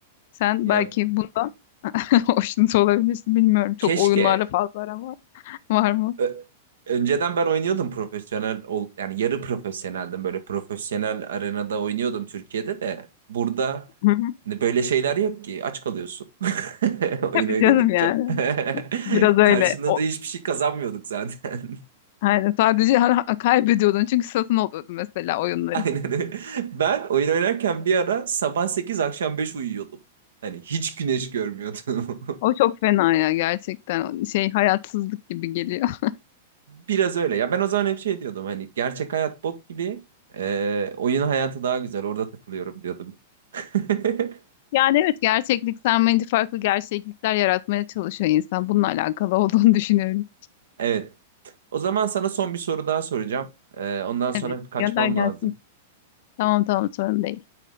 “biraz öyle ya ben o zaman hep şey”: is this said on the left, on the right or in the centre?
Right